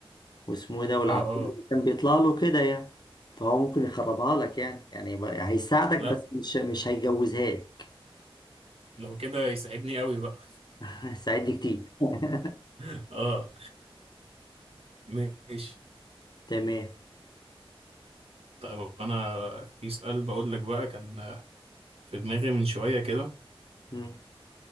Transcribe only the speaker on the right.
اه اه
لا
لو كده يساعدني قوي بقى
<laughs> اه ماشي
طيب انا في سؤال بقول لك بقى كان في دماغي من شوية كده